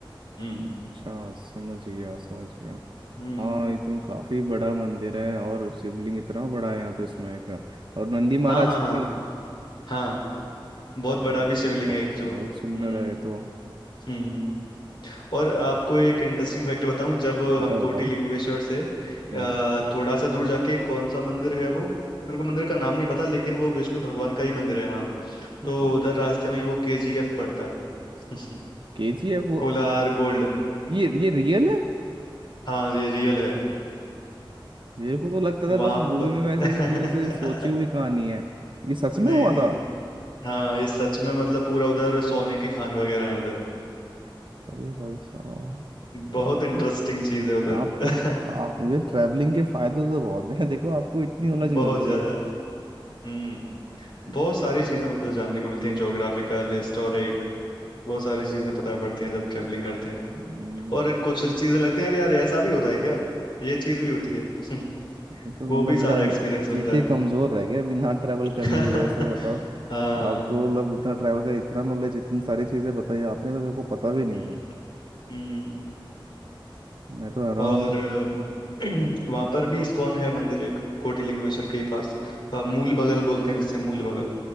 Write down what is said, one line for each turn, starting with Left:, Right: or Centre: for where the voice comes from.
Left: हम्म
Right: अच्छा समझ गया समझ गया
Left: हम्म
Right: हाँ ये तो काफी बड़ा मंदिर है और शिवलिंग इतना बड़ा है यहाँ तो इसमें का और नंदी महाराज
Left: हाँ हाँ
Right: की
Left: हाँ
Right: भी है
Left: हाँ बहुत बड़ा
Right: हम्म,
Left: भी शिवलिंग
Right: बहुत
Left: है एक जो
Right: बहुत
Left: हम्म
Right: सुंदर है ये तो
Left: हम्म और आपको एक इंटरेस्टिंग फैक्ट बताऊं जब
Right: बताओ
Left: हम कोटी
Right: बताओ
Left: लिंगेश्वर से अ,
Right: हम्म
Left: थोड़ा सा दूर जाके कौन सा मंदिर है वो मेरे को मंदिर का नाम नहीं पता लेकिन वो विष्णु भगवान का ही मंदिर है हाँ
Right: अच्छा
Left: तो उधर रास्ते में ही वो केजीएफ पड़ता है <laughs>
Right: केजीएफ वो
Left: कोलार गोल्ड
Right: ये ये रियल है
Left: हाँ ये रियल है
Right: मेरे को तो लगता था
Left: वहां
Right: बस मूवी
Left: पर
Right: में वैसे
Left: <laughs>
Right: ऐसे कुछ ऐसे सोची हुई कहानी है ये सच
Left: नहीं
Right: में हुआ
Left: नहीं
Right: था
Left: नहीं हाँ ये सच में मतलब पूरा उधर सोने की खान वगैरह है उधर
Right: अरे भाई साहब
Left: बहुत
Right: आपको
Left: इंटरेस्टिंग चीज है उधर
Right: आपको
Left: <laughs>
Right: तो आ, ये ट्रैवलिंग के फायदे तो बहुत हैं <laughs> देखो आपको इतनी नॉलेज
Left: बहुत
Right: मिल रही
Left: ज्यादा
Right: है
Left: हम्म बहुत सारी चीज़ें मतलब जानने को मिलती हैं ज्योग्राफिकल हिस्टोरिक बहुत सारी चीज़ें पता पड़ती हैं जब ट्रेवलिंग करते हैं तो
Right: हम्म,
Left: और कुछ चीज़ें लगती हैं यार यार ऐसा भी होता है क्या ये चीज़ भी होती है <laughs>
Right: ये तो मतलब
Left: वो भी
Right: मेरा
Left: सारा एक्सपीरियंस मिलता
Right: जीके
Left: है
Right: कमजोर रह गया बिना ट्रैवल
Left: <laughs>
Right: करने की वजह से बताओ
Left: हाँ
Right: आप तो मतलब इतना ट्रैवल का इतना नॉलेज इतनी सारी चीजें बताई आपने तो मेरे को पता भी नहीं
Left: हम्म
Right: थी
Left: हम्म।
Right: मैं तो हैरान
Left: और
Right: हूँ
Left: <clears throat> वहाँ पर भी इस्कॉन है मंदिर एक कोटी लिंगेश्वर के ही पास अ, मूल बगल बोलते हैं जिससे मूल बगल